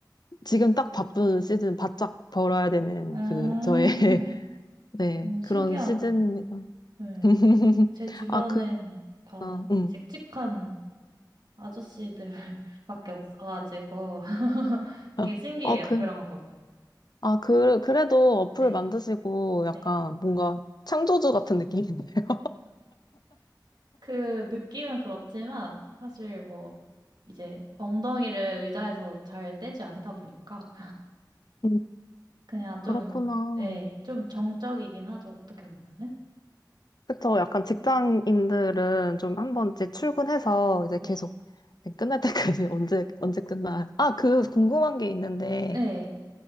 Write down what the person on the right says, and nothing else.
음,
음, 신기하네.
네.
제 주변엔
다
칙칙한 아저씨들밖에 <laughs> 없어가지고 <laughs> 되게
신기해요.
그런 거 보면.
네,
네.
그 느낌은 그렇지만 사실 뭐 이제 엉덩이를 의자에서 잘 떼지 않다 보니까
그냥
좀, 네, 좀 정적이긴 하죠. 어떻게 보면은.
네.
네.
그쵸?
네